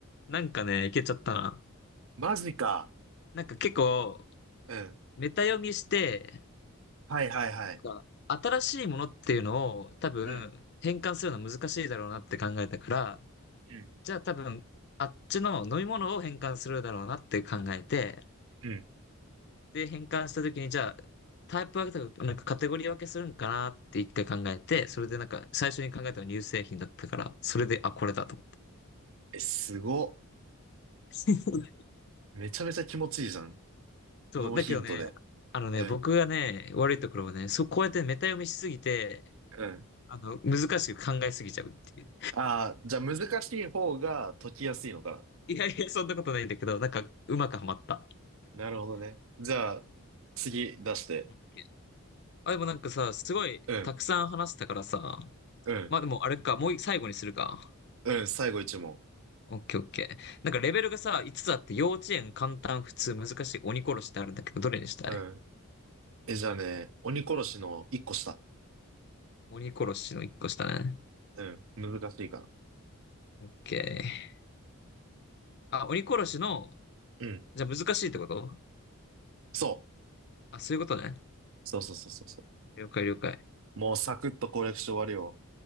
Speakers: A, on the left; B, on the right.
A: なんかね、いけちゃったな。
B: マジか。
A: なんか結構、
B: うん。
A: メタ読みして、
B: はいはいはい。
A: なんか新しいものっていうのを多分変換するのは難しいだろうなって考えたから、
B: うん、うん、
A: じゃあ多分あっちの飲み物を変換するだろうなって考えて、
B: うん。
A: で、変換した時にじゃあタイプ分けとか、なんかカテゴリー分けするんかなって一回考えて、それでなんか最初に考えたのは乳製品だったから、それで、あ、これだと思って。
B: え、すご
A: <laughs>
B: っめちゃめちゃ気持ちいいじゃん。
A: そう、
B: ノーヒントで。
A: だけどね、あのね、
B: うん、
A: 僕がね、悪いところはね、そう、こうやってメタ読みしすぎて、
B: うん。
A: あの、難しく考えすぎちゃうっていう。
B: ああ、じゃあ難しい方が解きやすいのか
A: いやいや、そんなことないんだけど、なんか、うまくはまった。
B: な。なるほどね。じゃあ、次出して。
A: オッケーあ、でもなんかさ、すごい、
B: うん、
A: たくさん話したからさ、
B: うん、
A: まあでも、あれか、もう最後にするか。
B: うん。最後一問。
A: オッケーオッケー。なんかレベルがさ、5つつあって、幼稚園、簡単、普通、難しい、鬼殺しってあるんだけど、どれにしたい
B: うん。え、じゃあね、鬼殺しの一個下。
A: 鬼殺しの1個下ね。
B: うん、難しいかな。
A: オッケー。あ、鬼殺しの、
B: うん、
A: じゃあ難しいってこと
B: そう。
A: あ、そういうことね。
B: そうそうそうそうそ
A: 了解了解。
B: う。もうサクッと攻略して終わるよ。